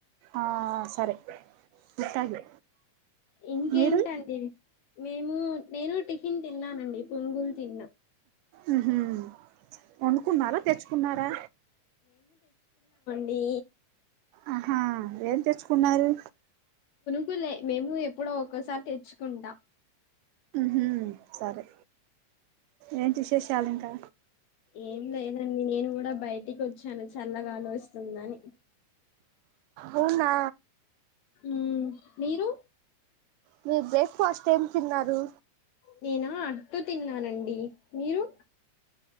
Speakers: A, on the right; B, on the left.
A: ఆ ఆ ఆ సరే గుత్తగే
B: ఇంకేంటండి
A: మీరు
B: మేము నేను టీ నేను తిన్నానండి పునుగులు తిన్నా
A: ఉహూ వండుకున్నారా తెచ్చుకున్నారా
B: బి
A: ఆహా ఏం తెచ్చుకున్నారు.
B: కులే మేము ఎప్పుడో ఒక్కోసారి తెచ్చుకుంట.
A: హ్మ్ సరే ఏంటి విశేషాలు ఇంకా
B: ఏం లేదండి నేను కూడా బయట్ టికొచ్చాను చల్లగాలోస్తుందని.
A: అవునా
B: ఉమ్ మీరు
A: మీరు బ్రేక్ఫాస్ట్ ఏం తిన్నారు
B: నేనా అట్టు తిన్నానండి మీరు